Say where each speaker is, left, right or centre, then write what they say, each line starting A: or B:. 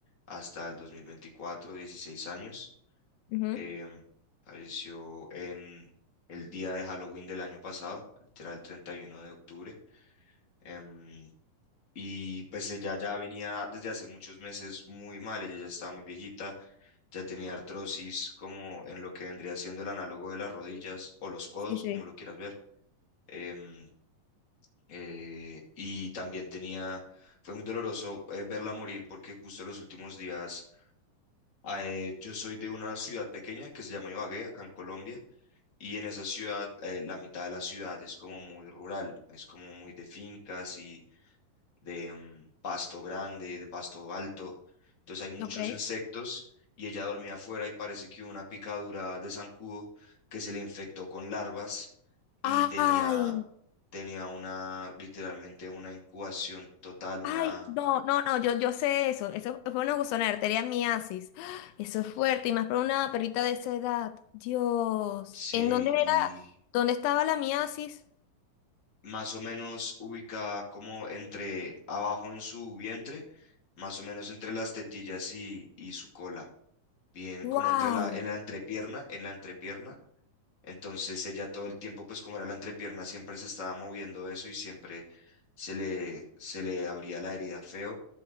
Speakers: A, on the left; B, on the left.
A: hasta el 2024, 16 años.
B: Ujú.
A: em, falleció en el día de Halloween del año pasado, literal el 31 de octubre. em, y pues ella ya venía desde hace muchos meses muy mal, ella ya estaba muy viejita, ya tenía artrosis como en lo que vendría siendo el análogo de las rodillas o los codos,
B: Sí, sí.
A: como lo quieras ver. em, eh, y también tenía, fue muy doloroso eh, verla morir porque justo los últimos días, eh, yo soy de una ciudad pequeña que se llama Ibagué, acá en Colombia, Y en esa ciudad, eh, la mitad de la ciudad es como muy rural, es como muy de fincas y de mm, pasto grande, de pasto alto. Entonces hay muchos
B: Ok.
A: insectos y ella dormía afuera y parece que hubo una picadura de zancudo que se le infectó con larvas y
B: Ay,
A: tenía, tenía una, literalmente una incubación total, una,
B: ay, no, no, no, yo, yo sé eso. Eso fue una buzonera, arteria miasis. ¡Ah! Eso es fuerte, y más para una perrita de esa edad. Dios.
A: sí,
B: ¿En dónde era?
A: y
B: ¿Dónde estaba la miasis?
A: más o menos ubicada como entre abajo en su vientre, más o menos entre las tetillas y, y su cola, bien como
B: ¡Wow!
A: entre la, en la entrepierna, en la entrepierna. Entonces ella todo el tiempo, pues como era la entrepierna, siempre se estaba moviendo eso y siempre se le, se le abría la herida feo.